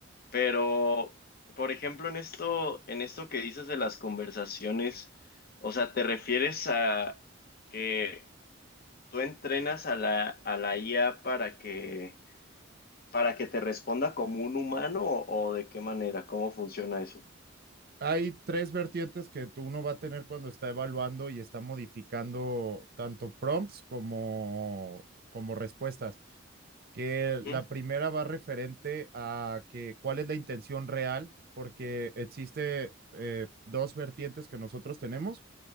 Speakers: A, on the left (about 50°); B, on the right (about 50°).
A: pero, por ejemplo, en esto, en esto que dices de las conversaciones, o sea, ¿te refieres a que tú entrenas a la, a la IA para que, para que te responda como un humano o, o de qué manera? ¿Cómo funciona eso?
B: Hay tres vertientes que tú uno va a tener cuando está evaluando y está modificando tanto prompts como, como respuestas. que
A: Ujú,
B: la primera va referente a que cuál es la intención real, porque existe eh, dos vertientes que nosotros tenemos,